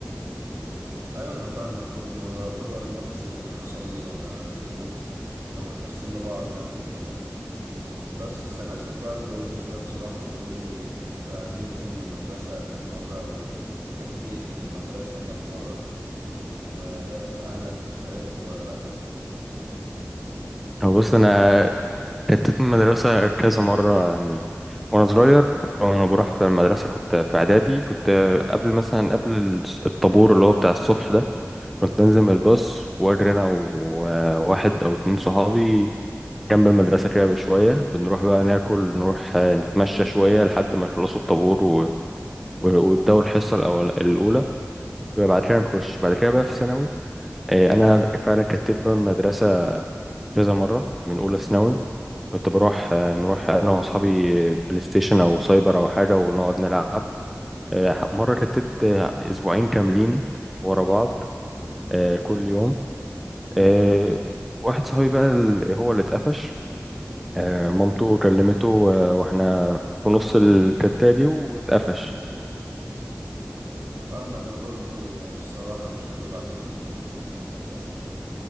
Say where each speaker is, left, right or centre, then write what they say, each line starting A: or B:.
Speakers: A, on the right; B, in the centre.
A: ايوه انا فاهمك برضو يعتبر نفس اللي كان حصل لي وانا في سنك او احنا في سن بعض يعني كده كده بس عايزك بقى تجاوبني كده بصراحه وتقول لي انت هربت من المدرسه كم مره او كتيت من المدرسه كم مره واهلك عرفوا ولا لا
B: هو بص أنا اتت من المدرسة كذا مرة يعني وأنا صغير وأنا بروح في المدرسة كنت في إعدادي كنت قبل مثلا قبل الس- الطابور اللي هو بتاع الصبح ده كنت أنزل من الباص وأجري أنا وواحد أو اتنين صحابي جنب المدرسة كده بشوية بنروح بقى ناكل نروح آه، نتمشى شوية لحد ما يخلصوا الطابور و... و- ويبدأوا الحصة الأول الأولى وبعد كده نخش بعد كده بقى في ثانوي آه، أنا فعلا كتت بقى المدرسة كذا مرة من أولى ثانوي كنت بروح آه، نروح انا واصحابي بلاي ستيشن او سايبر او حاجه ونقعد نلعب آه، مره رتت آه، اسبوعين كاملين ورا بعض آه، كل يوم آه، واحد صاحبي بقى ال- هو اللي اتقفش آه، مامته كلمته آه، واحنا في نص الكتة دي واتقفش
A: فاهمك انا برضو يعني الصراحه مش هكدب عليك ان انا كتيت من المدرسه